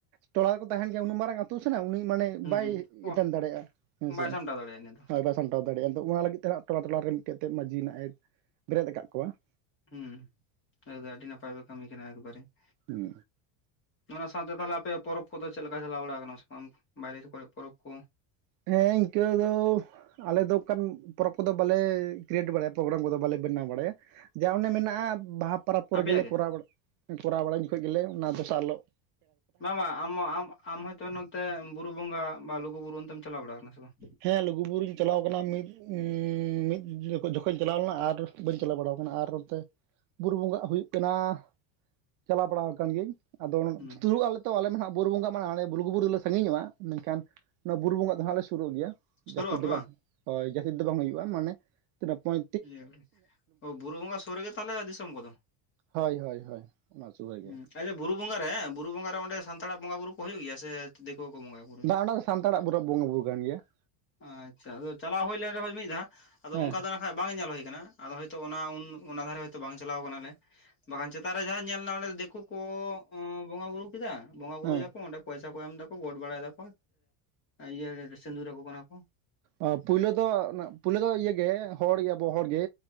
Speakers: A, on the right (about 45°); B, on the left (about 25°).
A: ᱴᱚᱞᱟ ᱨᱮᱠᱚ ᱛᱟᱦᱮᱱ ᱜᱮᱭᱟ ᱩᱱᱟᱹᱜ ᱢᱟᱨᱟᱝ ᱟᱹᱛᱩ ᱥᱮ ᱱᱟᱦᱟᱜ ᱩᱱᱤ ᱢᱟᱱᱮ
B: ᱦᱩᱸ
A: ᱵᱟᱭ
B: ᱦᱩᱸ ᱚᱦ
A: ᱮᱴᱮᱱ ᱫᱟᱲᱮᱭᱟᱜᱼᱟ ᱦᱮᱸᱥᱮ?
B: ᱵᱟᱭ ᱥᱟᱢᱴᱟᱣ ᱫᱟᱲᱮᱭᱟᱜᱼᱟ ᱤᱱᱟᱹ ᱫᱚ
A: ᱦᱳᱭ ᱵᱟᱥ ᱥᱟᱢᱴᱟᱣ ᱫᱟᱲᱮᱭᱟᱜ-ᱟ ᱟᱫᱚ ᱚᱱᱟ ᱞᱟᱹᱜᱤᱫ ᱛᱮ ᱦᱟᱸᱜ ᱴᱚᱞᱟ ᱴᱚᱞᱟᱨᱮ ᱢᱤᱫᱴᱮᱡ ᱢᱟᱺᱡᱤᱭ ᱱᱟᱦᱟᱜ ᱮ ᱵᱮᱨᱮᱫ ᱟᱠᱟᱫ ᱠᱚᱣᱟ ᱾
B: ᱦᱩᱸ ᱟᱫᱚ ᱟᱹᱰᱤ ᱱᱟᱯᱟᱭ ᱯᱮ ᱠᱟᱹᱢᱤ ᱠᱟᱱᱟ ᱮᱠᱵᱟᱨᱮ ᱾ <inaudible>
A: ᱦᱩᱸ
B: ᱚᱱᱟ ᱥᱟᱶᱛᱮ ᱛᱟᱦᱟᱞᱮ ᱟᱯᱮᱭᱟᱜ ᱯᱚᱨᱚᱵᱽ ᱠᱚᱫᱚ ᱪᱮᱫ ᱞᱮᱠᱟ ᱪᱟᱞᱟᱣ ᱵᱟᱲᱟ ᱟᱠᱟᱱᱟ ᱥᱮ ᱵᱟᱝ ᱵᱟᱭᱨᱮ ᱠᱚᱨᱮ ᱯᱚᱨᱚᱵᱽ ᱠᱚ?
A: ᱦᱮᱸ ᱤᱱᱠᱟᱹ ᱫᱚ ᱟᱞᱮ ᱫᱚ ᱚᱱᱠᱟᱱ ᱯᱚᱨᱚᱵᱽ ᱠᱚᱫᱚ ᱵᱟᱞᱮ ᱠᱨᱤᱭᱮᱴ ᱵᱟᱲᱟᱭᱟ ᱯᱨᱳᱜᱨᱟᱢ ᱠᱚᱫᱚ ᱵᱟᱞᱮ ᱵᱮᱱᱟᱣ ᱵᱟᱲᱟᱭᱟ ᱾ ᱡᱟ ᱚᱱᱮ ᱢᱮᱱᱟᱜ-ᱟ ᱵᱟᱦᱟ ᱯᱚᱨᱚᱵᱽ ᱠᱚᱨᱮ
B: ᱟᱯᱮᱭᱟᱜ
A: ᱜᱮᱞᱮ
B: ᱜᱮ
A: ᱠᱚᱨᱟᱣ ᱠᱚᱨᱟᱣ ᱵᱟᱲᱟᱭ ᱡᱚᱠᱷᱚᱱ ᱜᱮᱞᱮ ᱚᱱᱟ ᱫᱚᱥᱟᱨ ᱦᱤᱞᱳᱜ ᱾
B: ᱵᱟᱝ ᱵᱟ ᱟᱢ ᱟᱢᱟ ᱟᱢ ᱦᱚᱭᱛᱳ ᱱᱚᱛᱮ ᱵᱩᱨᱩ ᱵᱚᱸᱜᱟ ᱵᱟ ᱞᱩᱜᱩ ᱵᱩᱨᱩ ᱚᱱᱛᱮᱢ ᱪᱟᱞᱟᱣ ᱵᱟᱲᱟ ᱟᱠᱟᱱᱟ ᱥᱮ ᱵᱟᱝ
A: ᱦᱮᱸ ᱞᱩᱜᱩ ᱵᱩᱨᱩᱧ ᱪᱟᱞᱟᱣ ᱟᱠᱟᱱᱟ ᱢᱤᱫ ᱩᱸᱻ ᱢᱤᱫ ᱡᱚᱠᱷᱚᱡ ᱡᱚᱠᱷᱮᱡ ᱤᱧ ᱪᱟᱞᱟᱣ ᱞᱮᱱᱟ ᱟᱨ ᱵᱟᱹᱧ ᱪᱟᱞᱟᱣ ᱵᱟᱲᱟ ᱟᱠᱟᱱᱟ ᱟᱨ ᱚᱱᱛᱮ ᱵᱩᱨᱩ ᱵᱚᱸᱜᱟᱜ ᱦᱩᱭᱩᱜ ᱠᱟᱱᱟ <inaudible> ᱪᱟᱞᱟᱣ ᱵᱟᱲᱟ ᱟᱠᱟᱱ ᱜᱤᱭᱟᱹᱧ ᱾ ᱟᱫᱚ
B: ᱦᱩᱸ
A: ᱥᱩᱨᱩᱜ ᱟᱞᱮ ᱛᱚ ᱦᱟᱸᱜ ᱵᱩᱨᱩ ᱵᱚᱸᱜᱟ <unintelligible> ᱞᱩᱜᱩᱵᱩᱨᱩ ᱨᱮᱞᱮ ᱥᱟᱺᱜᱤᱧᱚᱜ-ᱟ ᱢᱮᱱᱠᱷᱟᱱ ᱚᱱᱟ ᱵᱩᱨᱩ ᱵᱚᱸᱜᱟ ᱦᱟᱜ ᱞᱮ ᱥᱩᱨᱩᱜ ᱜᱮᱭᱟ
B: ᱥᱩᱨᱩᱜ
A: ᱡᱟᱹᱥᱛᱤ
B: ᱟᱯᱮ
A: ᱫᱚ ᱵᱟᱝ ᱦᱚᱭ ᱡᱟᱹᱥᱛᱤ ᱫᱚ ᱵᱟᱝ ᱦᱩᱭᱩᱜ-ᱟ ᱢᱟᱱᱮ ᱛᱤᱱᱟᱹᱜ ᱯᱚᱭ
B: <unintelligible> ᱚ ᱵᱩᱨᱩ ᱵᱚᱸᱜᱟ ᱥᱩᱨ ᱨᱮᱜᱮ ᱛᱟᱦᱚᱞᱮ ᱫᱤᱥᱚᱢ ᱠᱚᱫᱚ?
A: ᱦᱳᱭ ᱦᱳᱭ ᱦᱳᱭ ᱚᱱᱟ ᱥᱩᱨ ᱨᱮᱜᱮ
B: ᱦᱩᱸ
A: ᱾
B: ᱟᱪᱪᱷᱟ ᱵᱩᱨᱩ ᱵᱚᱸᱜᱟ ᱨᱮ ᱵᱩᱨᱩ ᱵᱚᱸᱜᱟ ᱨᱮ ᱚᱸᱵᱮ ᱥᱟᱱᱛᱟᱲᱟᱜ ᱵᱚᱸᱜᱟ ᱵᱩᱨᱩ ᱦᱩᱭᱩᱜ ᱜᱮᱭᱟ ᱥᱮ ᱫᱤᱠᱩ ᱠᱚ ᱵᱚᱸᱜᱟᱭᱟ?
A: ᱵᱟᱝ ᱚᱱᱟ ᱫᱚ ᱥᱟᱱᱛᱟᱲᱟᱜ <unintelligible> ᱵᱚᱸᱜᱟ ᱵᱩᱨᱩ ᱠᱟᱱ ᱜᱮᱭᱟ ᱾
B: ᱟᱪᱪᱷᱟ ᱟᱫᱚ ᱪᱟᱞᱟᱣ ᱦᱩᱭ ᱞᱮᱱ ᱨᱮᱦᱚᱸ ᱢᱤᱫ ᱫᱷᱟᱣ ᱟᱫᱚ
A: ᱦᱮᱸ
B: ᱚᱱᱠᱟ ᱫᱚ ᱱᱟᱦᱟᱜ ᱵᱟᱝ ᱧᱮᱞ ᱦᱩᱭ ᱠᱟᱱᱟ ᱟᱫᱚ ᱦᱚᱭᱛᱚ ᱚᱱᱟ ᱩᱱ ᱚᱱᱟ ᱫᱷᱟᱨᱮ ᱵᱟᱝ ᱪᱟᱞᱟᱣ ᱠᱟᱱᱟᱞᱮ ᱵᱟᱝᱠᱷᱟᱱ ᱪᱮᱛᱟᱱ ᱨᱮ ᱡᱟᱦᱟᱸ ᱧᱮᱞ ᱚᱸᱰᱮ ᱫᱤᱠᱩ ᱠᱚ ᱵᱚᱸᱜᱟ ᱵᱩᱨᱩ ᱠᱮᱫᱟ ᱵᱚᱸᱜᱟ ᱵᱩᱨᱩᱭ
A: ᱦᱮᱸ
B: ᱫᱟᱠᱩ ᱚᱸᱰᱮ ᱯᱚᱭᱥᱟ ᱠᱚ ᱮᱢ ᱫᱟᱠᱚ ᱜᱚᱴ ᱵᱟᱲᱟᱭ ᱫᱟᱠᱚ ᱤᱭᱟᱹ ᱥᱤᱸᱫᱩᱨ ᱟᱠᱚ ᱠᱟᱱᱟ ᱠᱚ ᱾
A: ᱟᱹ ᱯᱳᱭᱞᱳ ᱫᱚ ᱯᱳᱭᱞᱳ ᱫᱚ ᱤᱭᱮ ᱜᱮ ᱦᱚᱲ ᱜᱮ ᱟᱵᱚ ᱦᱚᱲᱜᱮ